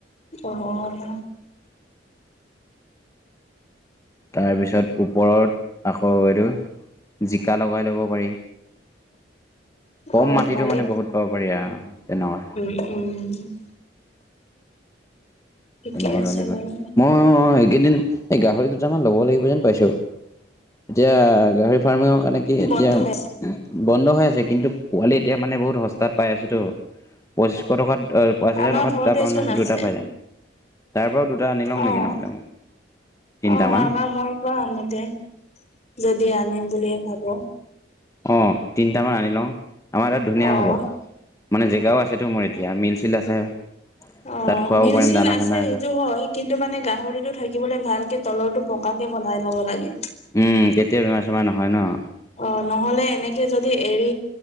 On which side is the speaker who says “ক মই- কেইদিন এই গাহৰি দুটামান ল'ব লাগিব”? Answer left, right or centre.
Left